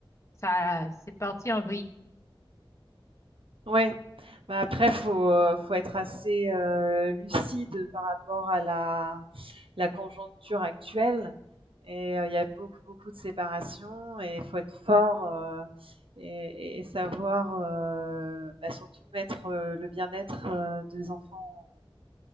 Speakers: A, on the left; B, on the right.
A: Ça, c'est parti en vrille.
B: Ouais, bah, après faut, heu, faut être assez, heu, lucide par rapport à la la conjoncture actuelle et heu, il y a beaucoup, beaucoup de séparations et faut être fort, heu et et savoir, heu, bah, surtout mettre, heu, le bien-être, heu, des enfants